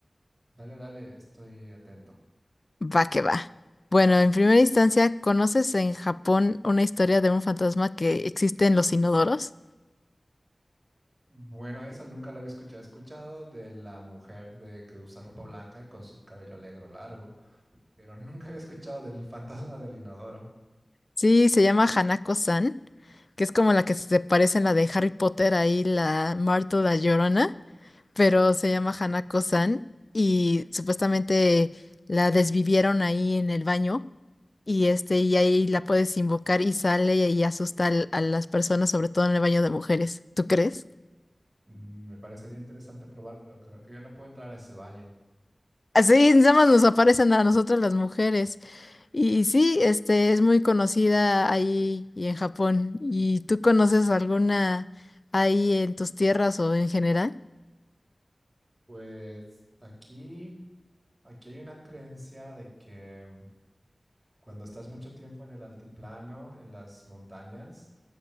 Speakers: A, on the right; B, on the left.
A: Dale, dale, estoy atento.
B: Va que va. Bueno, en primera instancia, ¿conoces en Japón una historia de un fantasma que existe en los inodoros?
A: Bueno, eso nunca lo había escuchado. He escuchado de la mujer de que usa ropa blanca y con su cabello negro largo, pero <laughs> nunca había escuchado del fantasma del inodoro.
B: Sí, se llama Hanako-san, que es como la que se parece en la de Harry Potter, ahí la Marta la Llorona, pero se llama Hanako-san y supuestamente la desvivieron ahí en el baño y este y ahí la puedes invocar y sale y asusta al- a las personas, sobre todo en el baño de mujeres. ¿Tú crees?
A: Mm, Me parecería interesante probar, pero creo que yo no puedo entrar a ese baño.
B: Así nada más nos aparecen a nosotras las mujeres. Y, y sí, este es muy conocida ahí y en Japón. ¿Y tú conoces alguna ahí en tus tierras o en general?
A: Pues aquí, aquí hay una creencia de que Cuando estás mucho tiempo en el altiplano, en las montañas,